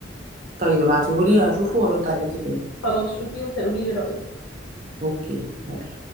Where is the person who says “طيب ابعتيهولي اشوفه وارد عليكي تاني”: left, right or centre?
Right